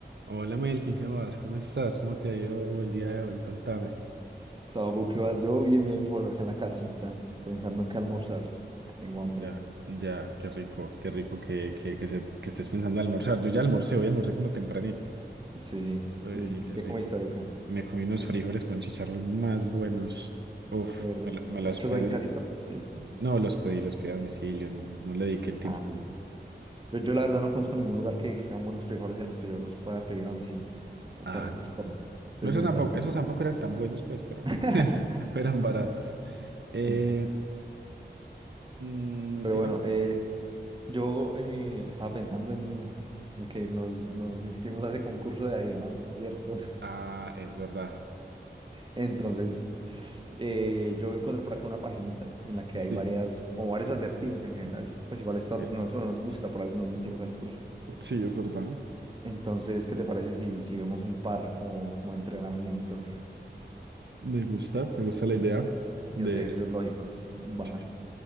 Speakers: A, on the right (about 75°); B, on the right (about 25°).
A: Hola Melkin, ¿qué más? ¿Cómo estás? ¿Cómo te ha ido el día de hoy? Contame.
B: Sabo, ¿qué vas? Yo bien, bien por acá en la casita, pensando en qué almorzar. Tengo hambre.
A: Ya, ya, qué rico, qué rico que, que, que, se- que estés pensando en almorzar. Yo ya almorcé, hoy almorcé como tempranito.
B: Sí, sí,
A: Pues
B: sí.
A: sí, qué
B: ¿Qué
A: rico.
B: comiste hoy acá?
A: Me comí unos frijoles con chicharrón más buenos. Uf,
B: Qué rico.
A: me, lo- me los
B: ¿Hechos
A: pedí.
B: ahí en casita? ¿Qué te diste?
A: No, los pedí, los pedí a domicilio, no, no le dediqué el tiempo.
B: Ah, rico, rico. Yo, yo la verdad no conozco ningún lugar que, que hagan buenos frijoles en los que yo los pueda pedir a domicilio. Va a tocar
A: Ah,
B: buscarlo.
A: no.
B: Es
A: No, Esos
B: necesario.
A: tampoco, esos tampoco eran tan buenos, pues, pero
B: <laughs>
A: <laughs> eran baratos. Eh,
B: Sí.
A: mm,
B: Pero
A: te
B: bueno,
A: iba a co-
B: eh, yo eh, estaba pensando en, en que nos, nos inscribimos a ese concurso de adivinanza, ¿cierto?
A: Ah, es verdad.
B: Entonces, eh, yo encuentro por acá una paginita en la que
A: Sí.
B: hay varias, o varios acertijos en general. Pues igual esto
A: Ok.
B: a nosotros no nos gusta, por algo nos metimos al curso.
A: Sí, es verdad.
B: Entonces, ¿qué te parece si, si vemos un par como, como de entrenamiento
A: Me gusta, me gusta la idea de...
B: y los ejercicios lógicos? Va.
A: Sí,